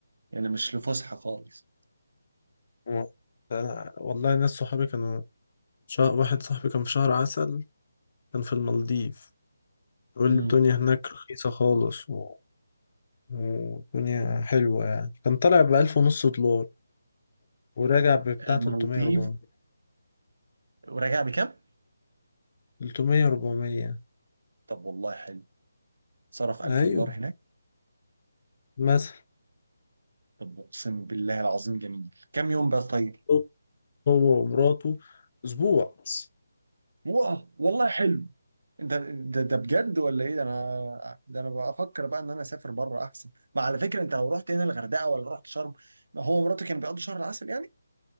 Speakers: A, on the right (about 75°); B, on the left (about 35°).
A: يعني مش لفسحه خالص
B: و- أنا والله ناس صحابي كانوا شا... واحد صاحبي كان في شهر عسل كان في المالديف يقول
A: امم
B: لي الدنيا هناك رخيصة خالص و... والدنيا حلوة يعني كان طالع بألف ونص دولار وراجع ببتاع
A: المالديف
B: 300 400
A: وراجع بكام؟
B: 300 400
A: طب والله حلو صرف 1000
B: ايوه
A: دولار هناك
B: مثلا
A: طب اقسم بالله العظيم جميل كام يوم بقى طيب؟
B: هو هو ومراته اسبوع بس
A: واو والله حلو ده ده ده بجد ولا ايه ده انا ده انا بفكر بقى ان انا اسافر بره احسن ما على فكره انت لو رحت هنا الغردقه ولا رحت شرم ما هو مراتي كان بيقضي شهر العسل يعني